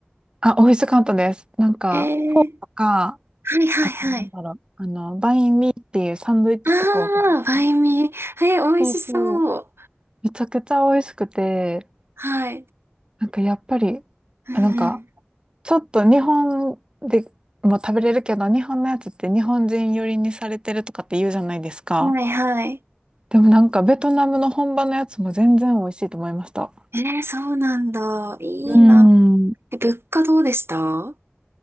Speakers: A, on the right; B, on the right.
A: あ、美味しかったです。なんか、
B: えー、
A: フォーとか、
B: はいはいはい。
A: あと、なんだろう、あの、バインミーっていうサンドイッチとかわかりますか
B: ああ、バインミー。えー、美味しそう。
A: そうそう。めちゃくちゃ美味しくて、
B: はい。
A: なんかやっぱり、
B: うん
A: なんか、ちょっと日本でも食べれるけど、日本のやつって日本人寄りにされてるとかって言うじゃないですか。
B: うん。はいはい。
A: でもなんかベトナムの本場のやつも全然美味しいと思いました。
B: えー、そうなんだ。いいな。
A: うん。
B: え、物価どうでしたう